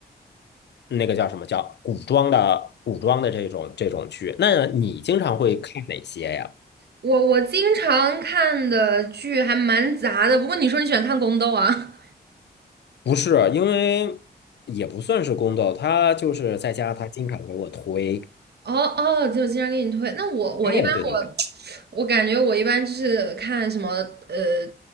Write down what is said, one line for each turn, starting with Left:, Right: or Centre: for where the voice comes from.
Left: 那个叫什么叫古装的古装的这种这种剧。那你经常会看哪些呀？
Right: 我我经常看的剧还蛮杂的，不过你说你喜欢看宫斗啊？
Left: 不是，因为也不算是宫斗，他就是在家，他经常给我推。
Right: 哦哦，就经常给你推。那我我一般我
Left: 哎，对对对。
Right: <tsk> 我感觉我一般就是看什么呃